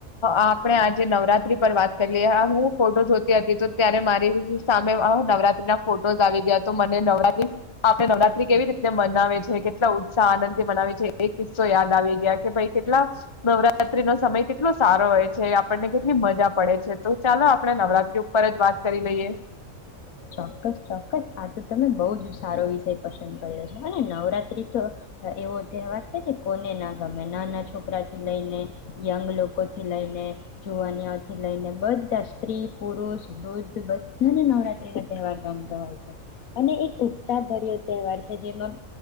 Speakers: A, on the left; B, on the left.
A: આપણે આજે નવરાત્રી પર વાત કરી લએ હ હું ફોટો જોતી હતી તો ત્યારે મારી સામે નવરાત્રી ના ફોટોઝ આવી ગયા તો મને નવરાત આપણે નવરાત્રી કેવી રીત મનાવે છે કેટલા ઉત્સાહ આનંદ થી મનાવે છે એ કિસ્સો યાદ આવી ગયા કે ભાઈ કેટલા નવરા નવરાત્રી નો સમય કેટલો સારો હોય છે આપણને કેટલી મજા પડે છે તો ચાલો આપણે નવરાત્રી ઉપર જ વાત કરી લઈએ.
B: ચોક્કસ ચોક્કસ આ તો તમે બહ જ સારો વિષય પસંદ કર્યો છો અને નવરાત્રી તો એવો તહેવાર છે કે કોને ના ગમે નાના છોકરા થી લઈને યંગ લોકો થી લઈને જુવાનઓથી લઈને બધા સ્ત્રી પુરુષ વૃદ્ધ બધાને નવરાત વાર રમતો હોય છે અને એક ઉત્સાહભર્યો તહેવાર છે જેમાં